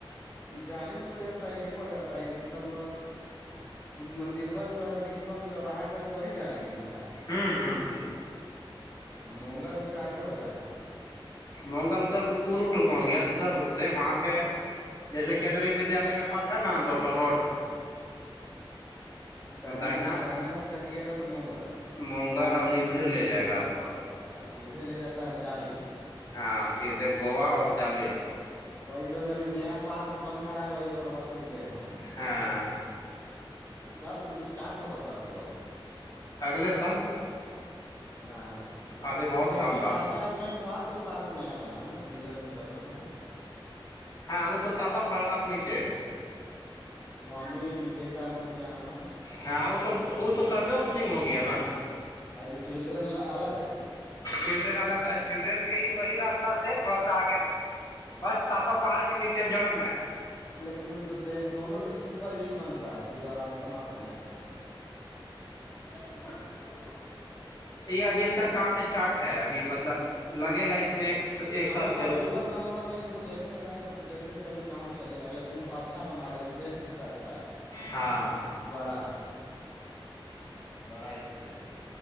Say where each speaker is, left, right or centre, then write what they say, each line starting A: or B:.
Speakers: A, on the left; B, on the left.
A: جظالم تو یہ پہلے ہی پڑ جاتا ہے مطلب مندروا جو ہے ب بیچوا میں چوراہاٹ ہے وہی جالیم نہ ہے
B: ہوں ہوں
A: اچھا مونگگر اس سے آگے ہو جاتا ہے
B: مگر ادھر وہ روٹ ہو گیا دوسرا روٹ سے وہاں پہ جیسے کیندری ودیالیہ کے پاس ہے نا لوٹو روڈ
A: دہنا
B: تو داہنا
A: دہنا سے کٹیے گا تو منگا
B: مونگر اور نیندر لے جائے گا آپ کو
A: اور سیدھے لے جاتا ہے جال
B: ہاں سیتے گوبا اور جالم
A: وہی جو نبی نیا پارک بن رہا ہے وہی روڈب سے گئے ہوںے
B: ہاں
A: کب اسٹارٹ ہوگا پرک بو
B: اگلے سال
A: نہ
B: ابھی
A: لیکن
B: بہت
A: ایکٹ
B: کم باقی
A: لاتار میں کٹوار کوئی پارک نیا بناا نا چلڈرین بغل میں ہے
B: ہاں ا وہ تو تاپا پڑوا نہیںچے
A: سوامی وویکانند کیا نام ہے
B: ہاں وہ تو وہ تو کبھی اوپننگ ہو گیا نا
A: ا تو چلڈرن الگ ہے
B: چلڈرین الگ ہے چلڈرین کے ہی وہی راستہ سے تھوڑا سا آگے میں بس تاپا پہاڑ کے نیچے جڑ میں ہے
A: لیکن د دونوں سے سپر یہی بن رہا ہے جو راستہ میں آپ گئے ہیں <unintelligible>
B: یہ ابھی اس کا کام اسٹارٹ ہے ابھی مطلب لگے گا اس میں ایک ایک
A: ہم
B: سال
A: لوگ کو
B: کے
A: اکتوبر نومبر میں دیکنے کے آئے تھا تو دیکے کہ ابھی کام چل رہا ہے لیکن تھوڑا اچھا بنا رہا ہے اسپیس اس اچھا
B: ہاں
A: بڑا ہے بڑا اسپیس ہے